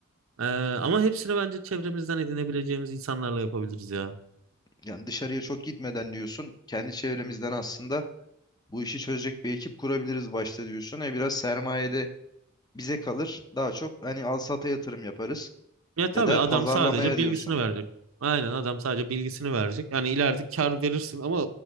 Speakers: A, on the right; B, on the left.
A: Ee, ama hepsini bence çevremizden edinebileceğimiz insanlarla yapabiliriz ya.
B: Yani dışarıya çok gitmeden diyorsun. Kendi çevremizden aslında bu işi çözecek bir ekip kurabiliriz başta diyorsun. E biraz sermayede bize kalır. Daha çok hani al sata yatırım yaparız.
A: Ya tabii
B: Ya da
A: adam
B: pazarlamaya
A: sadece bilgisini
B: diyorsun.
A: verecek. Aynen adam sadece bilgisini verecek. Yani ileride kar verirsin ama